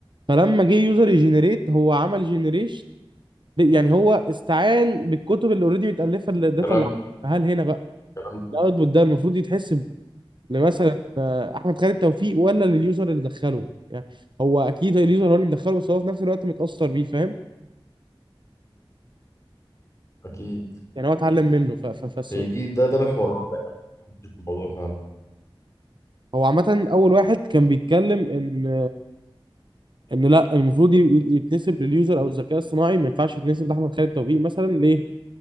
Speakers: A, on the right; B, on the left.
A: فلما جه يوزر يجنريت هو عمل جنريشن يعني هو استعان بالكتب اللي اوريدي متالفه للداتا
B: كلام
A: اللي عنده. هل هنا بقى
B: كلام
A: الاوتبوت ده المفروض يتحسب لمثلا آه، احمد خالد توفيق ولا لليوزر اللي دخله يعني هو اكيد اليوزر هو اللي مدخله بس هو في نفس الوقت متاثر بيه فاهم
B: اكيد
A: يعني هو اتعلم منه ف ف فالس-
B: هي دي ده ده محور الرابع في الموضوع فعلا
A: هو عامة أول واحد كان بيتكلم إن إن لا المفروض ي- ي- يتنسب لليوزر أو الذكاء الصناعي ما ينفعش يتنسب لأحمد خالد توفيق مثلا ليه؟